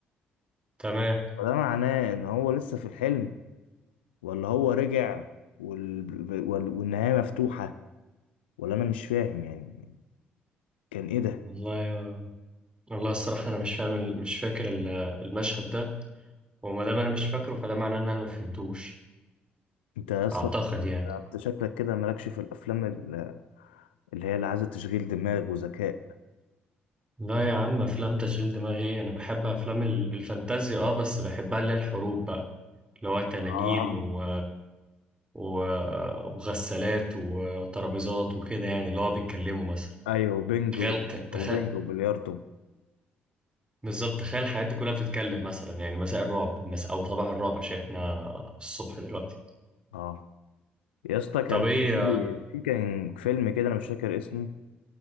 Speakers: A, on the right (about 15°); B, on the left (about 70°).
A: تمام
B: فده معناه إن هو لسه في الحلم ولا هو رجع وال... وال... والنهاية مفتوحة ولا أنا مش فاهم يعني كان إيه ده؟
A: والله يا- والله الصراحة أنا مش فاهم ال- مش فاكر ال- المشهد ده وما دام أنا مش فاكره فده معناه إن أنا ما فهمتوش
B: أنت أصلا
A: أعتقد يعني
B: أنت شكلك كده مالكش في الأفلام ال- اللي هي اللي عايزة تشغيل دماغ وذكاء
A: لا يا عم افلام تشغيل دماغي ايه انا بحب افلام ال- الفانتازيا اه بس بحبها اللي هي الحروب بقى اللي هو تنانين
B: آه
A: و... و... وغسالات وترابيزات وكده يعني اللي هو بيتكلموا مثلا
B: أيوه بينج
A: تخيل
B: و-
A: ت-
B: وبينج
A: تخ...
B: وبلياردو
A: بالظبط تخيل الحاجات دي كلها بتتكلم مثلا يعني مساء الرعب مس... او صباح الرعب عشان احنا الصبح دلوقتي
B: آه يا اسطى كان
A: طب ايه
B: في في كان فيلم كده أنا مش فاكر اسمه